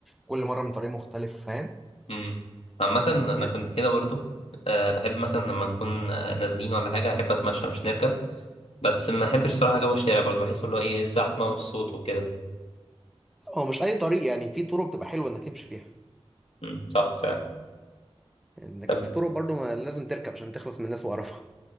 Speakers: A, in the centre; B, on the left.
A: كل مره من طريق مختلف فاهم
B: امم عامة انا
A: كده
B: كنت كده برضو أه بحب مثلا لما نكون آه، نازلين ولا حاجة أحب أتمشى مش نركب بس ما احبش صراحة جو الشارع برضه بحس اللي هو ايه الزحمة والصوت وكده
A: هو مش اي طريق يعني في طرق بتبقى حلوه انك تمشي فيها
B: امم صح فعلا
A: يعني لكن
B: طب
A: في طرق برضو ما لازم تركب عشان تخلص من الناس وقرفها